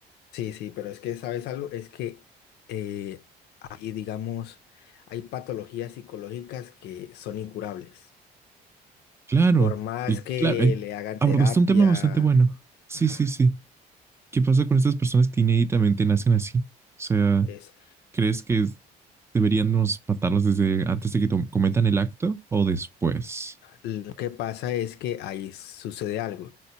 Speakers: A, on the left; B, on the right.
A: sí, sí, pero es que, ¿sabes algo? Es que eh, hay, digamos, hay patologías psicológicas que son incurables.
B: Claro,
A: Por más
B: y
A: que
B: claro, eh,
A: le hagan
B: abordaste
A: terapia,
B: un tema bastante bueno. Sí,
A: ajá,
B: sí, sí. ¿Qué pasa con estas personas que inéditamente nacen así? O sea,
A: es,
B: ¿crees que deberíamos matarlas desde antes de que to- cometan el acto o después?
A: lo que pasa es que ahí sucede algo.